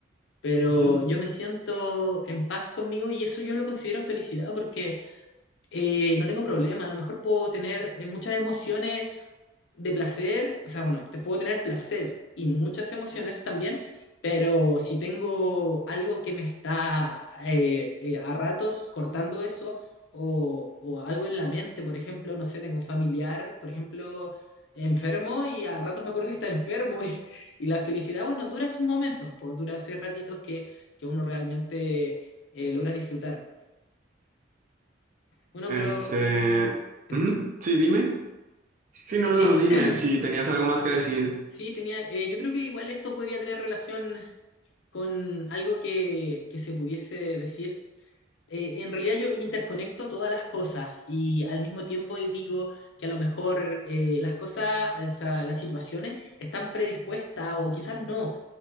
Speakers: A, on the left; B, on the right.
A: pero
B: Uh -huh.
A: yo me siento en paz conmigo y eso yo lo considero felicidad porque eh, no tengo problema, a lo mejor puedo tener eh, muchas emociones de placer, o sea, bueno, te puedo tener placer y muchas emociones también, pero si tengo algo que me está eh, eh, a ratos cortando eso o, o algo en la mente, por ejemplo, no sé, tengo un familiar, por ejemplo, enfermo y a ratos me acuerdo que está enfermo y, y la felicidad, bueno, dura esos momentos, pues dura esos ratitos que, que uno realmente eh, logra disfrutar. Bueno,
B: Este,
A: pero te
B: ujú,
A: escucho.
B: sí, dime. Sí, no, no,
A: Eh,
B: no, dime si tenías algo más que decir.
A: Sí, tenía, eh, yo creo que igual esto podría tener relación con algo que, que se pudiese decir. Eh, en realidad yo interconecto todas las cosas y al mismo tiempo digo que a lo mejor eh, las cosas, o sea, las situaciones están predispuestas o quizás no